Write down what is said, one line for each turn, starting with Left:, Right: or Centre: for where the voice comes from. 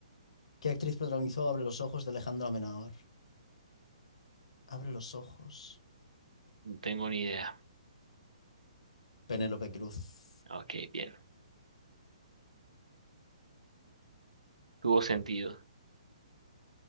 Left: ¿Qué actriz protagonizó Abre los ojos de Alejandro Amenábar? Abre los ojos.
Right: No tengo ni idea.
Left: Penélope Cruz.
Right: Ok, bien. Tuvo sentido.